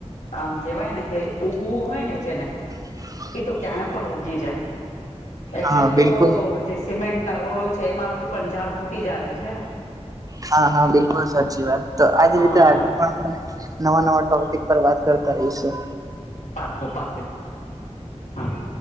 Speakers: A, on the left; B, on the right.
A: આમ કેવાય ને કે ઉગવું હોય ને જેને
B: હ <inaudible>
A: એ તો ક્યાંય પણ ઉગી જાય એટલે
B: હા
A: તો
B: બિલકુલ
A: જે સિમેન્ટ ના રોડો છે એમાં પછી પણ ઝાડ ફૂટી જ આવે છે ને
B: હા હા બિલકુલ સાચી વાત તો આજ
A: હા,
B: રીતે આગળ પણ આપણે નવા નવા ટોપિક પર વાત કરતા રહીશું.
A: પાકું પાકું. હા